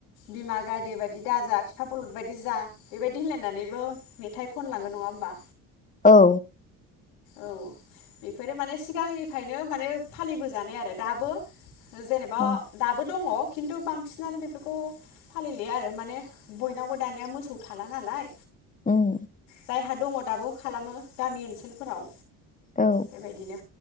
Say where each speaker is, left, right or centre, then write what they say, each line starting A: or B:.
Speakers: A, on the left; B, on the left.
A: बिमा गायदे बायदि दाजा बिफा बलद बायदि जा बेबायदि होनलायनानैबो मेथाइ खनलाङो नङा होमबा
B: औ
A: औ बेफोरो माने सिगांनिफ्रायनो माने फालिबोजानाय आरो दाबो जेनेबा
B: ओं
A: दाबो दङ खिन्थु बांसिनानो बेफोरखौ फालिलिया आरो माने बयनावबो दानिया मोसौ थाला नालाय
B: उम
A: जायहा दङ दाबो खालामो गामि ओनसोलफोराव
B: औ
A: बेबायदिनो